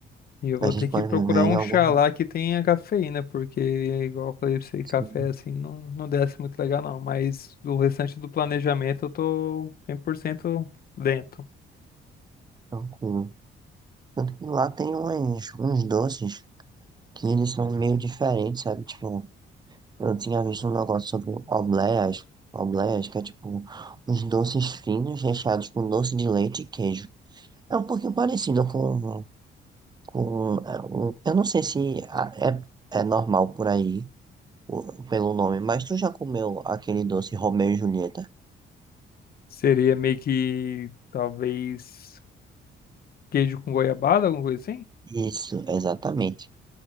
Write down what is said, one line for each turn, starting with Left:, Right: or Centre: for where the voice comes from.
Left: E eu vou
Right: A gente
Left: ter
Right: pode
Left: que procurar
Right: viver em
Left: um
Right: algum
Left: chá
Right: lugar
Left: lá que tenha cafeína, porque, igual eu falei pra você,
Right: assim,
Left: café assim não, não desce muito legal, não. Mas o restante do planejamento eu tô 100% dentro.
Right: tranquilo. Tanto que lá tem uns, uns doces que eles são meio diferentes, sabe? Tipo, eu tinha visto um negócio sobre obleias, obleias, que é tipo uns doces finos recheados com doce de leite e queijo. É um pouquinho parecido com, com, é, um- eu não sei se a- é, é normal por aí, o- pelo nome, mas tu já comeu aquele doce Romeu e Julieta?
Left: Seria meio que, talvez, queijo com goiabada, alguma coisa assim?
Right: Isso, exatamente.